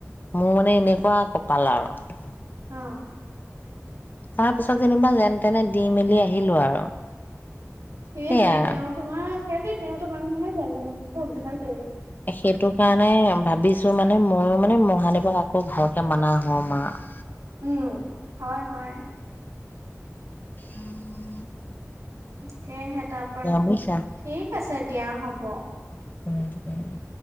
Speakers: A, on the left; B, on the right.
A: মোৰ মানে এনেকুৱা কপাল আৰু
B: অ
A: তাৰ পিছত যেনিবা যেন তেনে দি মেলি আহিলো আৰু
B: সেইটোৱে
A: সেইয়াই আৰু
B: তেওঁ তোমাৰ সেই তেওঁ তোমাক মানে জ
A: সেইটো কাৰণে ভাবিছো। মানে ময়ো মানে মহাদেৱক আকৌ ভালকে মাননা হমাৰ
B: উম', হয় - হয়
A: উম',
B: তাকেহে তাৰপৰা
A: বুজিছা
B: ঠিক, আছে দিয়া হ'ব।
A: উম- উম -উম